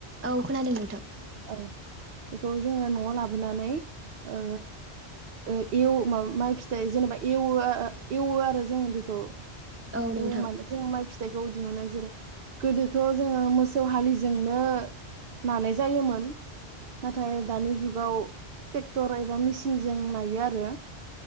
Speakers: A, on the right (about 20°); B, on the right (about 65°).
A: औ खोनादों नोंथां।
B: औ बेखौ जोङो नआव लाबोनानै ओ ओ एव <unintelligible> माइ फिथाइ जेनेबा एवो आं एवो आरो जोङो बेखौ।
A: औ नोंथां
B: एवो माने जों माइ फिथ बेखौ दिहुनो जेरै गोदोथ जोङो मोस मोसौ हलिजोंनो नानाय जायोमोन नाथाय दानि जुगाव ट्रेक्टर एबा मिचिनजों नायो आरो।